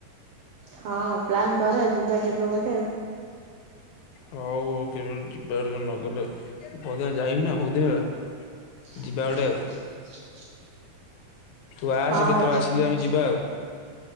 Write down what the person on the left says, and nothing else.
ହଉ ହଉ କେବେ ଗୋଟେ ଯିବା ଟିକେ ନଗଲେ ବହୁତ ଦିନିଆ ହେଲା ଯାଇ ନି ନା ବହୁତ ଦିନି ହେଲା।
ଯିବା ଗୋଟେ ଆଉ। ତୁ ଆସ
କେତେବେଳେ
ଆସିଲେ ଆମେ ଯିବା ଆଉ।